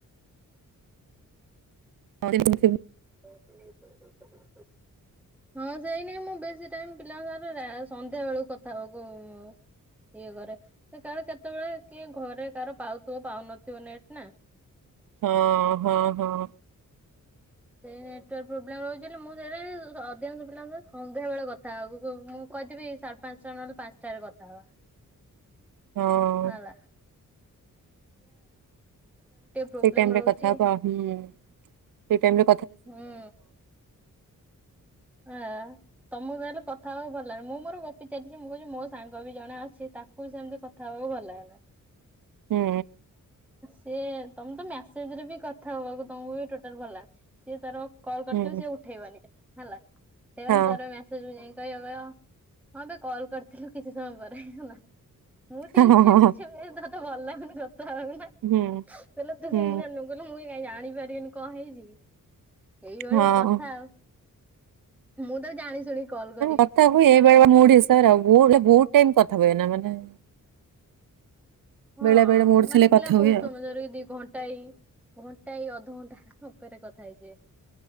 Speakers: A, on the right; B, in the centre.
A: <unintelligible>
B: <inaudible> ହଁ ସେଇ, ମୁଁ ବେଶୀ ଟାଇମ୍ ପିଲାଙ୍କ ସାଙ୍ଗରେ ରା ସନ୍ଧ୍ୟା ବେଳକୁ କଥା ହବା କୁ ଇଏ କରେ, କାହାର କେତେବେଳେ କିଏ ଘରେ କାହାର ପାଉଥିବ ପାଉନଥିବ ନେଟ୍ ନା।
A: ହଁ ହଁ ହଁ।
B: ସେଇ ନେଟୱାର୍କ ପ୍ରୋବ୍ଲେମ୍ ରହୁଚି ବୋଲି। ମୁଁ ସେ ଅଧିକାଂଶ ପିଲା ସନ୍ଧ୍ୟାବେଳେ କଥା ମୁଁ କହିଥିବି ପାଞ୍ଚ୍ ଟା ନହେଲେ ପାନ୍‌ଷ୍ଟା ରେ କଥା ହବା।
A: ହଁ
B: <unintelligible> ପୃବ୍ଲେମ୍
A: ସେଇ ଟାଇମରେ
B: ରଉଚି।
A: କଥା ହବା ହୁଁ, ସେଇ ଟାଇମ୍ ରେ
B: ହୁଁ ଆ ତମକୁ ଆଲୋ କଥା ହବା ଭଲ ଲାଚେ ମୁଁ ମୋର ଗପି ଚାଲିଚି ମୁଁ କହୁଚି ମୋ ସାଙ୍ଗ ବି ଜଣେ ଅଛି ତାକୁ ତା ସେମିତି କଥା ହବାକୁ ଭଲ ଲାଗେନା।
A: ହୁଁ
B: ସିଏ ତମେ ତ ମେସେଜ ରେ ବି କଥା ହବାକୁ ତମକୁ ବି ଟୋଟାଲ ଭଲ ସିଏ ତାର କଲ୍ କରିଥିବ
A: ହୁଁ
B: ସିଏ ଉଠେଇବନି ହେଲା ହେବନି
A: ହଁ
B: ତାର ହେଠୁ ଯାଇଁ କହିବ କଇହ ମତେ କଲ୍ କରିଥିଲୁ କିଛି ସମୟ ପରେ ହେଲା। ମୁଁ ଠିକ୍
A: ହଁ ହଁ
B: ସେ
A: ହଁ ହଁ
B: ଜାଣିଚି ତତେ ଭଲ ଲାଗୁନି କଥା ହବା ପାଇଁନା
A: ହୁଁ
B: କଇଲେ ତୁ
A: ହୁଁ
B: କିଛି ଜାଣିନୁ। କଇଲେ ମୁଇ କାଇଁ ଜାଣିପାରିବିନି କଆଁ ହେଇଚି କି ଏଇଭଳିଆ
A: ହଁ
B: କଥା ଆଉ ମୁଁ ତ ଜାଣି ଶୁଣି କଲ୍ କରିବି
A: କଥା ହୁଏ
B: ଉଠା ମାନେ
A: ବେଳେ ବେଳେ
B: ଉଠା
A: ମୁଡ୍‌ ହିସାବରେ ଆଉ ମୁଁ ଟିକେ ବହୁତ ଟାଇମ କଥା ହୁଏ ନା ମାନେ
B: ହଁ
A: ବେଳେ ବେଳେ ମୁଡ୍ ଥିଲେ
B: ମାନେ ପିଲା
A: କଥା
B: ବହୁତ
A: ହୁଏ ଆଉ
B: ସମୟ ଧର ଦି ଘଣ୍ଟା ଘଣ୍ଟାଇ ଘଣ୍ଟାଇ ଅଧଘଣ୍ଟା ଉପରେ କଥା ହେଇଯିବେ।